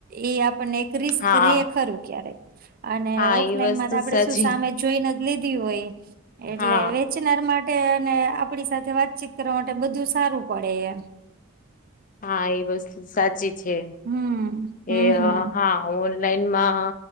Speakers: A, on the right; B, on the left.
A: એ આપ એક રિસ્ક
B: હા
A: રે ખરું ક્યારેક અને
B: હા
A: ઓફલાઈનમાં
B: એ વસ્તુ
A: આપણેે
B: સાચી
A: શું સામે જોઈને જ લીધી હોય એટલે
B: હા
A: વેચનાર માટે અને આપણી સાથે વાતચીત કરવા માટે બધું સારું પડે એમ.
B: હા એ વસ્તુ સાચી છે
A: હમ
B: કે
A: હમ હમ
B: હા, ઓનલાઈનમાં